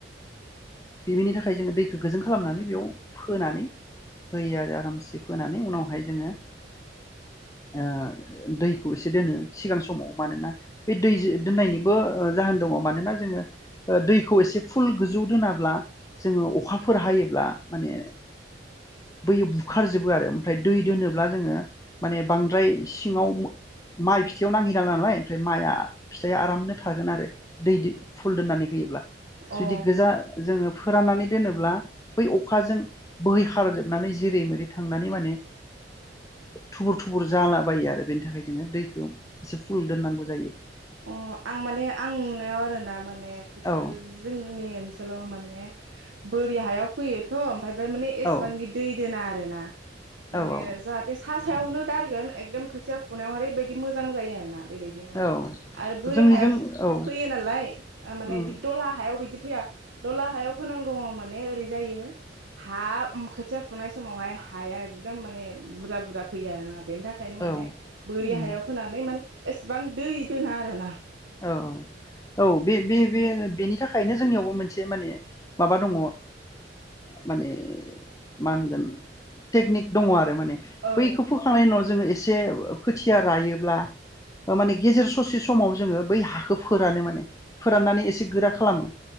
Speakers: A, on the left; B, on the right.
A: बेनि थाखाय जोङो दैखौ गोजों खालामनानै बेयाव फोनानै होयो आरो आरामसे फोनानै उनावहाय जोङो। दैखौ एसे दोनो सिगां समाव मानोना बे दै दोननायनिबो जाहोन दङ मानोना जोङो दैखौ एसे फुल गोजौ दोनाब्ला जोङो अखाफोर हायोब्ला माने बैयो बुखारजोबो आरो ओमफ्राय दै दोनोब्ला जोङो। माने बांद्राय सिङाव माइ फिथायाइयाव नांहरला नालाय ओमफ्राय माइआ फिथाइया आरामनो थागोन आरो दै फुल दोननानै होयोब्ला। जुदि
B: अ
A: गोजा जोङो। फोराननानै दोनोब्ला बै अखाजों बोहै खारजोबनानै जिरै मेरै थांनानै माने। थुबुर थुबुर जालाबायो आरो बेनि थाखाय जोङो दैखौ एसे फुल दोननांगौ जायो।
B: अ आं माने आं नुनायाव आरो ना माने। खोथि
A: औ
B: जोंनि ओनसोलाव। माने बोरि हायाव फैयोथ'। ओमफ्राय माने एसेबां
A: औ
B: बिदि दै दोना आरो। दोना।
A: औ
B: माने जाहाथे सा। सायावनो गारगोन एकदम खोथिया फुनायाव ओरैबायदि मोजां जायो आरोना। बेबायदि माने।
A: औ
B: आरो बोरि
A: जोंनिजों
B: हायावसो
A: औ
B: फैयो नालाय माने
A: उम
B: बिदि दलहा हायाव बिदि। फैया दला हायाव फोनांगौ माने ओरै जायो हा खोथिया फुनाय समावहाय हाया एकदम माने बुरजा बुरजा फैयो आरोना। बेनि थाखायनो
A: औ
B: माने
A: उम
B: बोरि हायाव फोनानै माने। एसेबां दै। दा आरोना।
A: औ औ औ बे बे बेनि थाखायनो जोंनियावबो मोनसे माने माबा दङ माने मा होनगोन टेकनिक दङ आरो। माने
B: औ
A: बैखौ फोखांनायनि उनाव। जोंओ एसे खोथिया रायोब्ला गेजेर ससे समाव जोंओ। बै हाखौ फोरानो माने फोराननानै एसे गोरा खालामो।